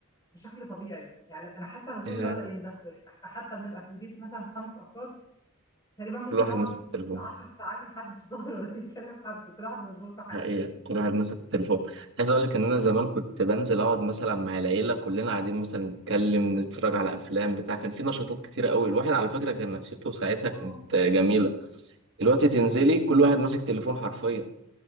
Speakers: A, on the left; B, on the right.
A: بشكل طبيعي يعني انا حاسه ان الجزء
B: آه،
A: ده بدأ يندثر احنا حتى بنبقى في البيت مثلا خمس افراد تقريبا ممكن
B: كل واحد
A: نقعد
B: ماسك التليفون
A: عشر ساعات محدش <laughs> ظاهر ولا يكلم حد كل واحد مشغول في حاجه
B: حقيقة كل واحد ماسك التليفون عايز اقول لك ان انا زمان كنت بنزل اقعد مثلا مع العيلة كلنا قاعدين مثلا نتكلم نتفرج على افلام بتاع كان في نشاطات كتيرة قوي الواحد على فكرة كان نفسيته ساعتها
A: اه
B: كانت جميلة دلوقتي تنزلي
A: صح
B: كل واحد ماسك تليفون حرفيا